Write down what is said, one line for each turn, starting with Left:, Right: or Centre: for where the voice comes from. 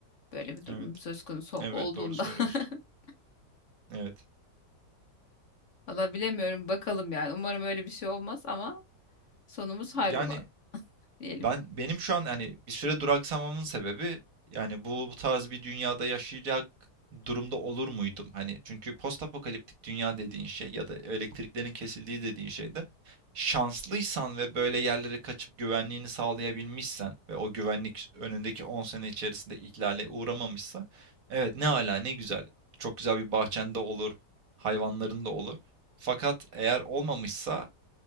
Left: Böyle bir durum
Right: Evet.
Left: söz konusu
Right: Evet
Left: olduğunda.
Right: doğru söylüyorsun.
Left: <laughs>
Right: Evet.
Left: Valla bilemiyorum bakalım yani. Umarım öyle bir şey olmaz ama sonumuz hayrola
Right: Yani
Left: diyelim.
Right: Ben benim şu an hani bir süre duraksamamın sebebi yani bu, bu tarz bir dünyada yaşayacak durumda olur muydum? Hani çünkü postapokaliptik dünya dediğin şey ya da elektriklerin kesildiği dediğin şeyde şanslıysan ve böyle yerlere kaçıp güvenliğini sağlayabilmişsen ve o güvenlik önündeki 10 sene içerisinde ihlale uğramamışsa evet ne ala ne güzel. Çok güzel bir bahçende olur, hayvanların da olur. Fakat eğer olmamışsa